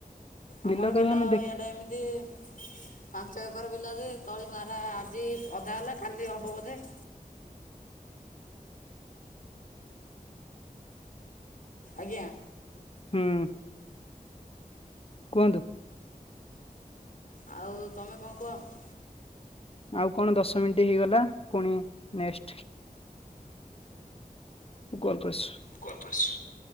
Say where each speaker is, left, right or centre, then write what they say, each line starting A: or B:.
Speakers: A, on the left (about 65°); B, on the left (about 40°).
A: ଆମର
B: ବିଲ
A: ବିଲ-ଅ-ଅ-ଅ
B: କହିବେ ଆମେ ଦେଖ
A: ଇଆଡ଼େ ଏମିତି-ଇ-ଇ ପାଞ୍ଚ ଏକର ବିଲ ଯେ ତଳି ମାରା ଆଜି ଅଧା ହେଲା କାଲି ହବ ବୋଧେ। <inaudible> ଆଜ୍ଞା।
B: ହୁଁ କୁହନ୍ତୁ।
A: ଆଉ ତମେ କଁ କୁହ।
B: ଆଉ କଣ ଦଶ ମିଣ୍ଟି ହେଇଗଲା ପୁଣି ନେସ୍ଟ। <unintelligible>
A: <unintelligible>